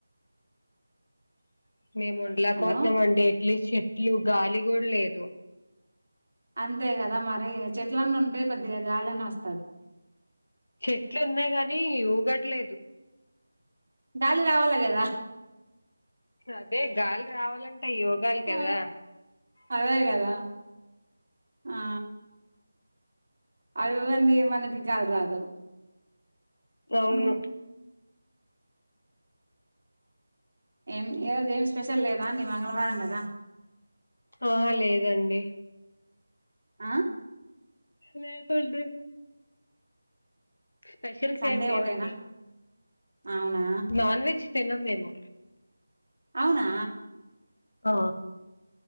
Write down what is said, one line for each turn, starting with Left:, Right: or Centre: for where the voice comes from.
Left: అ మేము ఉండలేకపోతున్నామండి
Right: హలో
Left: ఎట్లీస్ట్ చెట్లు గాలి కూడా లేదు
Right: అంతే కదా మరి చెట్లన్న ఉంటే కొద్దిగా గాలన్నీ వస్తాది
Left: చెట్లు ఉన్నాయి కాని ఊగట్లేదు
Right: గాలి రావాలా కదా
Left: అదే గాలి రావాలంటే అయి ఉగాలి
Right: ఆ
Left: కదా
Right: అదే కదా ఆ అవి ఉగాంది మనకి గాలి రాదు
Left: అవును
Right: ఆహా. ఏం ఈరోజు ఏం స్పెషల్ లేదా మంగళవారంగదా
Left: ఆహ లేదండి
Right: ఆ
Left: లేదండి స్పెషల్స్
Right: సండే
Left: ఏం లేవండి
Right: ఒకటేనా అవునా
Left: నాన్ వెజ్ తినం మేము
Right: అవునా
Left: ఆ